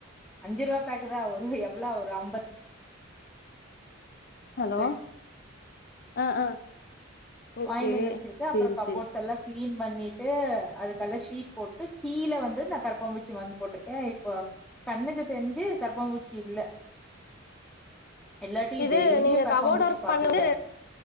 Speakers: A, in the centre; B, on the left.
A: அஞ்சு ரூவா பேக்கு தா ஒரு எவ்ளோ ஒரு அம்பத்
B: ஹலோ
A: <inaudible>
B: ஆ ஆ ஓகே
A: வாங்கிட்டு வந்து வச்சிருக்கே
B: சேரி
A: அப்பற கபோர்ட்ஸ்
B: சேரி
A: எல்லா க்ளீன் பண்ணிட்டு அதுக்கெல்லா ஷீட் போட்டு கீழ வந்து நா கரப்பாம்பூச்சி மருந்து போட்ருக்கே இப்ப கண்ணுக்கு தெரிஞ்சு கரப்பாம்பூச்சி இல்ல எல்லாட்டி
B: இது
A: டெய்லியு
B: நீங்க
A: கரப்பாம்பூச்சி
B: கபோர்ட் ஒர்க்
A: பாத்துருவே
B: பண்ணது